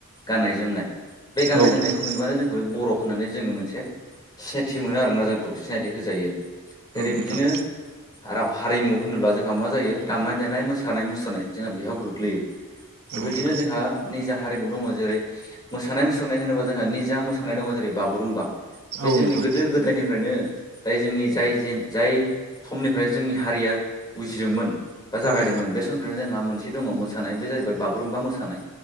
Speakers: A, on the left (about 20°); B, on the right (about 80°).
A: गाननाय जोमनाय बे गाननाय
B: औ नोंथां औ
A: जोमनायखो
B: नोंथां
A: नुयोबानो जोंखौ माने बर' होननानै जोङो मोनसे सिनायथि मोनोआरोना जोंखौ सिनायथि होजायो। जेरै
B: औ नोंथां
A: बिदिनो राव हारिमु होनोब्ला जोंहा माजायो दामनाय देनाय मोसानाय मुसुरनाय जोंहा बेहयाव गोग्लैयो। बेबायदिनो
B: औ नोंथां
A: जोंहा निजा हारिमु दङ जेरै मोसानाय मुसुरनाय होनोबा जोंहा नि जा मोसानाय दङ जेरै बागुरुम्बा बे
B: औ नोंथां औ नोंथां
A: जोंनि गोदो गोदायनिफ्रायनो जाय जोंनि जाय जिन जाय समनिफ्राय जोंनि हारिया उजिदोंमोन। बा
B: औ
A: जागायदोंमोन बे समनिफ्रायनो जोंहा मोन दङ मोसानाय बे जाहैबाय बागुरुम्बा मोसानाय